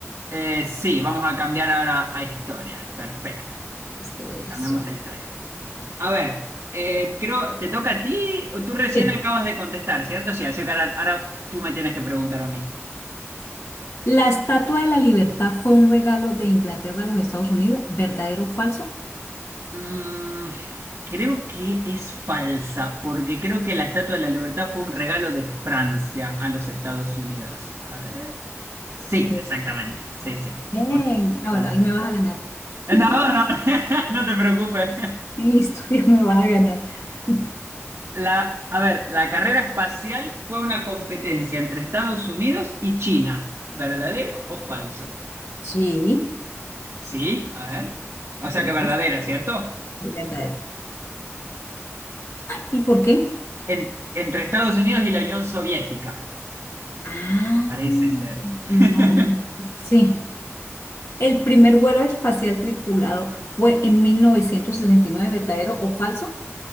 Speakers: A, on the right; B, on the left.
A: Eh, sí, vamos a cambiar ahora a historia. Perfecto.
B: Historia, eso.
A: Cambiamos a historia. A ver, eh, creo, ¿te toca a ti o tú recién
B: Sí.
A: acabas de contestar, ¿cierto? Sí, así que ahora, ahora tú me tienes que preguntar a mí.
B: La Estatua de la Libertad fue un regalo de Inglaterra a los Estados Unidos, ¿verdadero o falso?
A: Mm, creo que es falsa, porque creo que la Estatua de la Libertad fue un regalo de Francia a los Estados Unidos. A ver. Sí,
B: Muy
A: exactamente. Sí, sí.
B: Bien. Ah,
A: Francia.
B: bueno, ahí me vas a ganar.
A: Eh,
B: <laughs>
A: No, no, <laughs> no te preocupes.
B: En historia me vas a ganar. <laughs>
A: La, a ver, la carrera espacial fue una competencia entre Estados Unidos y China. ¿Verdadero o falso?
B: Sí,
A: Sí, a ver. O sea
B: creo
A: que verdadera,
B: que es
A: ¿cierto?
B: verdadero. ¿Y por qué?
A: En- entre Estados Unidos y la Unión Soviética.
B: Ah,
A: Parece ser.
B: no,
A: <laughs>
B: no, sí. El primer vuelo espacial tripulado fue en 1969, ¿verdadero o falso?